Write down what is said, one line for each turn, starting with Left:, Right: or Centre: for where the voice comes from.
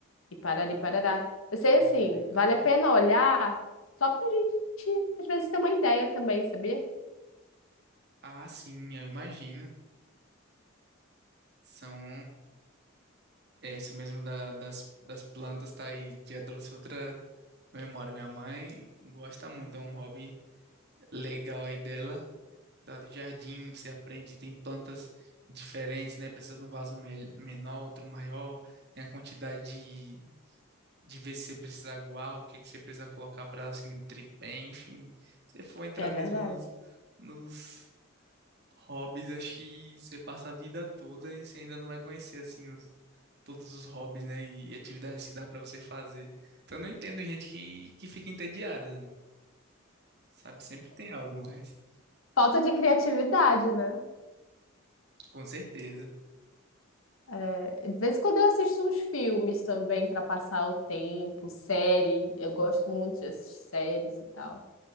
Left: e parari parará. Eu sei
Right: Aí
Left: assim,
Right: é legal,
Left: vale a pena
Right: hein?
Left: olhar só pra gente, às vezes, ter uma ideia também, sabia?
Right: Ah, sim, eu imagino. São. É isso mesmo da- das, das plantas, tá aí. Já trouxe outra memória. Minha mãe gosta muito, é um hobby legal aí dela. Da do jardim, você aprende, tem plantas diferentes, né? Precisa de um vaso me- menor, outro maior. Tem a quantidade de, de vezes que você precisa aguar, o que, que você precisa colocar para ela se nutrir bem. Enfim, se for entrar
Left: É
Right: mesmo
Left: verdade.
Right: nos, nos hobbies, acho que você passa a vida toda e você ainda não vai conhecer, assim, todos os hobbies, né, e atividades que dá pra você fazer. Então eu não entendo gente que, que fica entediada, sabe? Sempre tem algo mais,
Left: Falta de criatividade, né?
Right: com certeza.
Left: É, de vez em quando eu assisto uns filmes também para passar o tempo, série. Eu gosto muito de assistir séries e tal.